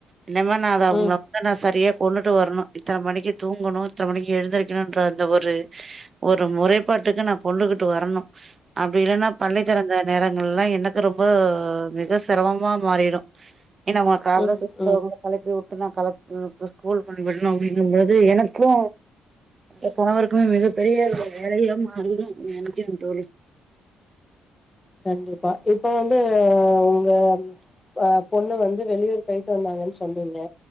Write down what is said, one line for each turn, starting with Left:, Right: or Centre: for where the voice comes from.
Right: இந்த மாரி நாதா
Left: ம்
Right: அவுங்கள தனா சரியா கொண்டுட்டு வரணு இத்தன மணிக்கு தூங்கணு இத்தன மணிக்கு எழுந்திருக்கணுன்ற அந்த ஒரு ஒரு முறைப்பாட்டுக்கு நா கொண்டுகிட்டு வரணு அப்டி இல்லன்னா பள்ளி தெறந்த நேரங்கள்ல்லா எனக்கு ரொம்ப மிக சிரமமா மாறிரு க்கு நம்ம கால்ல
Left: ம் ம்
Right: தூக்க
Left: ம்
Right: வருது களப்பி விட்டு நா களப்பின எனக்கு ஸ்கூல் பண்ணி விட்ணு அப்டிங்கும்போது எனக்கூ ஏ கணவருக்குமே மிகப்பெரிய ஒரு வேலையா மாறிடு நெனைக்கே தோழி
Left: கண்டிப்பா இப்ப வந்து உங்க அ பொண்ணு வந்து வெளியூர் போயிட்டு வந்தாங்கன் சொன்னீங்க